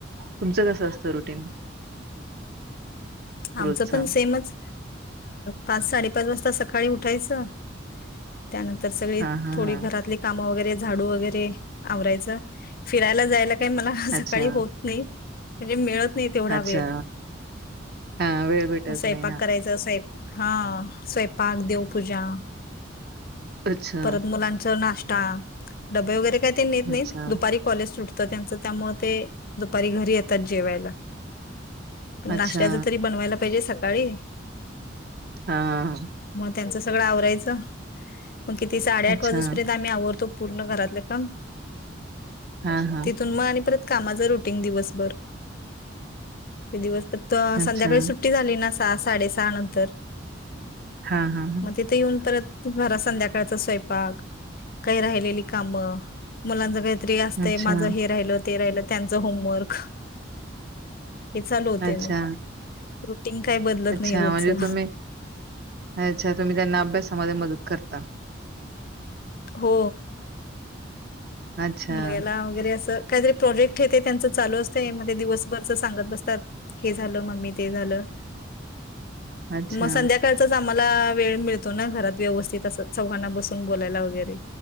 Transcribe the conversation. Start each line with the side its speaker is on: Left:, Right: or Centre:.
Right: तुमचं कसं असतं रुटीन रोजच
Left: आमच पण सेमच पाच साडे पाच वाजता सकाळी सकाळी उठायचं त्यानंतर सगळी
Right: हा हा
Left: थोडी
Right: हा
Left: घरातली काम वगैरे झाडू वगैरे आवरायच फिरायला जायला काही मला सकाळी
Right: अच्छा
Left: होत नाही. म्हणजे मिळत नाही तेवढा
Right: अच्छा
Left: वेळ
Right: हा वेळ भेटत
Left: मग स्वयंपाक
Right: नाही हा
Left: करायच अस. हा स्वयंपाक देवपूजा
Right: अच्छा
Left: परत मुलांचा नाश्ता डबे वगैरे काय? ते नेत नाही
Right: अच्छा
Left: दुपारी कॉलेज सुटत. तर त्यांच त्यामुळे ते दुपारी घरी येतात जेवायला. पण नाश्त्याचं
Right: अच्छा.
Left: तरी बनवायला पाहिजे सकाळी
Right: हा ह.
Left: त्यांच सगळं आवरायचं मग किती साडे आठ
Right: अच्छा
Left: वाजूपर्यंत आम्ही आवरतो. पूर्ण घरातले काम
Right: हा हा
Left: तिथून मग आणि परत कामाच रुटीन दिवसभर दिवस
Right: अच्छा
Left: संध्याकाळी सुट्टी झाली ना. सहा साडे सहा नंतर
Right: हा हा हा
Left: मग तिथे येऊन परत. जरा संध्याकाळचा स्वयंपाक काही राहिलेली कामं मुलांच काही तरी असतय
Right: अच्छा
Left: माझं हे राहिल ते राहिल त्यांच होमवर्क हे चालू होतेय
Right: अच्छा
Left: मग रुटीन काही बदलत
Right: अच्छा
Left: नाही रोजचं
Right: म्हणजे तुम्ही अच्छा तुम्ही त्यांना अभ्यासामध्ये मदत करता.
Left: हो
Right: अच्छा
Left: मुलग्याला वगैरे अस. काहीतरी प्रोजेक्ट येते त्यांच चालू असतं म दिवसभरच सांगत बसतात हे झालं मम्मी ते झालं.
Right: अच्छा
Left: मग संध्याकाळचा आम्हाला वेळ मिळतो ना घरात व्यवस्थित अस चौघांना बसून बोलायला वगैरे.